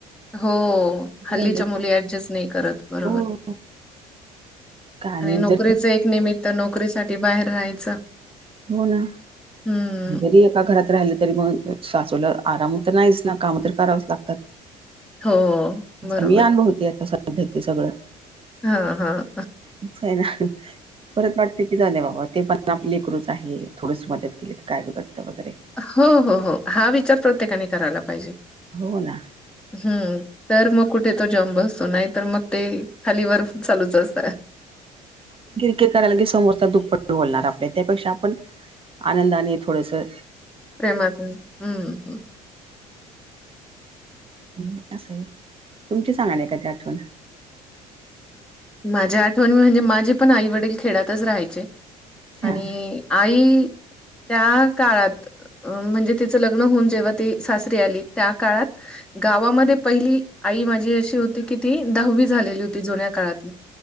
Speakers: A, in the centre; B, on the right (about 30°).
A: हो, हल्लीच्या
B: झाले
A: मुली, ऍडजस्ट नही करत, बरोबर.
B: हो का
A: आणि नोकरीचं
B: जर
A: एक निमित्त, नोकरी साठी, बाहेर राहायचं.
B: हो ना,
A: हं,
B: जरी एका घरात राहिलं, तरी मग सासूला आराम त नाहीच ना, काम तर करावंच लागतात.
A: हो, बरोबर.
B: मी अनुभवते, आता सध्या ते सगळं.
A: हां, हां.
B: असायना, परत वाटत की, जाऊदे बाबा, ते पण <unintelligible> आपली लेकरूच आहे, थोडस मदत केली, त काय बघलतं वगैरे?
A: हो हो हो, हा विचार प्रत्येकाने, करायला पाहिजे.
B: हो ना
A: हम्म, तर मग कुठे, तो जम बसतो, नाही तर मग ते खालीवर चालूच असत.
B: ते करायला की, समोरचा दुप्पट बोलणार, आपल्या त्यापेक्षा आपण, आनंदाने थोडंसं
A: प्रेमाचं, हम्म हम्.
B: ह्म असं, तुमची सांगा ना, एखादी आठवण.
A: माझी आठवण म्हणजे, माझे पण आई-वडील खेड्यातच रहायचे, आणि
B: हा
A: आई, त्या काळात, म्हणजे तिचं ल ग्न होऊन, जेव्हा ती सासरी आली, त्या काळात गावामध्ये पहिली, आई माझी अशी होती की, ती दहावी झालेली होती, जुन्या काळातल.